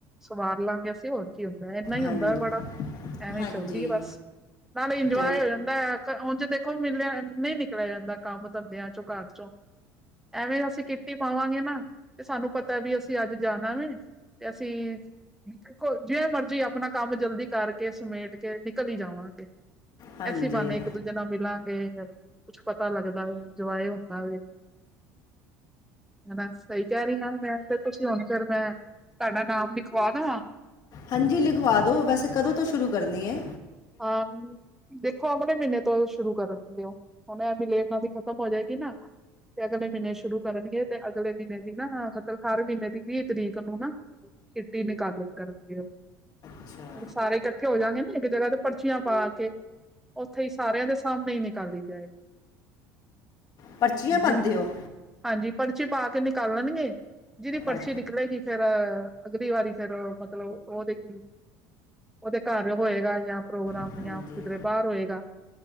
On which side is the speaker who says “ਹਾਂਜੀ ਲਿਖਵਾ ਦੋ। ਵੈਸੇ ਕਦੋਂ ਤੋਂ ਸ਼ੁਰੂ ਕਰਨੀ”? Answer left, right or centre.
Left